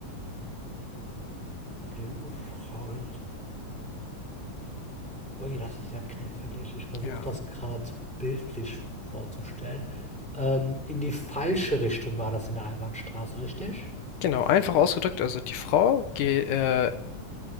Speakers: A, in the centre; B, on the left (about 85°).
A: Eine junge Frau. Ui, das ist ja knifflig. Ich versuche
B: Ja.
A: das gerade bildlich vorzustellen. Ähm, in die falsche Richtung war das in der Einbahnstraße, richtig?
B: Genau, einfach ausgedrückt, also die Frau, ge- äh,